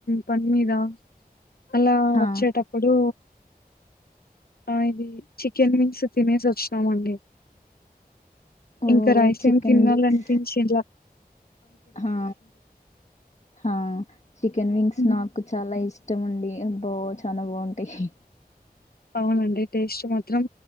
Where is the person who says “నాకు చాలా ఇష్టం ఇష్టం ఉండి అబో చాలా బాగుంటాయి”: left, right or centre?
Left